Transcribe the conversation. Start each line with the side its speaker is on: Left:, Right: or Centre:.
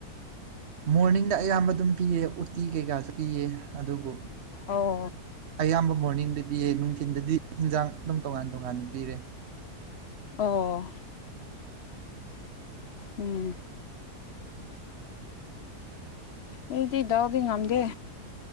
Right: ꯃꯣꯔꯅꯤꯡꯗ ꯑꯌꯥꯝꯕ ꯑꯗꯨꯝ ꯄꯤꯌꯦ ꯎꯇꯤ ꯀꯩꯀꯥꯁꯤꯗꯤ ꯑꯗꯨꯕꯨ
Left: ꯑꯣ
Right: ꯑꯌꯥꯝꯕ ꯃꯣꯔꯅꯤꯡꯗ ꯄꯤꯌꯦ ꯅꯨꯡꯊꯤꯟꯗꯗꯤ ꯍꯤꯟꯖꯥꯡ ꯑꯗꯨꯝ ꯇꯣꯉꯥꯟ ꯇꯣꯉꯥꯟꯅ ꯄꯤꯔꯦ
Left: ꯑꯣ ꯎꯝ ꯑꯩꯗꯤ ꯗꯥꯜ ꯗꯤ ꯉꯝꯗꯦ